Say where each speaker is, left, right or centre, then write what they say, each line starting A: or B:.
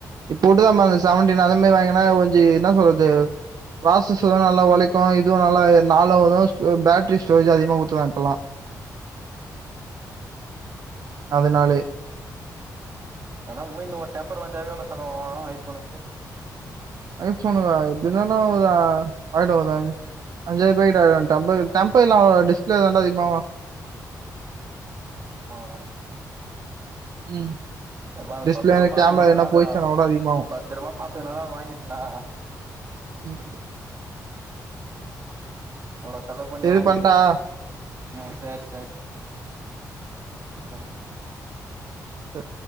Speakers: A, on the right; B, on the right.
A: இப்போ விட்டுதான்ம்மா செவன்டீன் அந்த மாரி வாங்கினா கொஞ்சோ என்ன சொல்றது ப்ராசஸஸு நல்லா உழைக்கு இதுவு நல்லா நாலு வரு பேட்டரி ஸ்டோரேஜ் அதிகமா குடுத்திருக்காங்க இப்பெல்லா
B: ஆமா
A: அதுனாலயே
B: ஆனா வூந்து ஒரு டெம்பர் ஒடஞ்சாவே எவ்ளோ செலவாகு ஐ ஃபோனுக்கு
A: ஐ ஃபோனுகா எப்டி இருந்தாலூ ஒரு ஆயிடு அது அஞ்சாயிருபா கிட்ட ஆயிடு டெம்பர் டெம்பர்ல்லா அவ்ளோ வா டிஸ்பேலே தாண்டா அதிகமா ஆவு
B: ஆமா
A: ம்
B: எப்ப அது
A: டிஸ்ப்ளே
B: பத்திரமா பாத்துக்கணுல்ல
A: கேமரா எதுனா
B: அத
A: போயிடுச்சுனா கூட அதிகமாகும்.
B: பத்திரமா பாத்துக்கணுல அத வாங்கிட்ண்ணா
A: ம்
B: அவ்ளோ செலவு பண்ணி
A: சரி
B: வாங்கிட்டு
A: பண்ட்டா?
B: ஆ சேரி சேரி செர்ணா
A: ஆஹ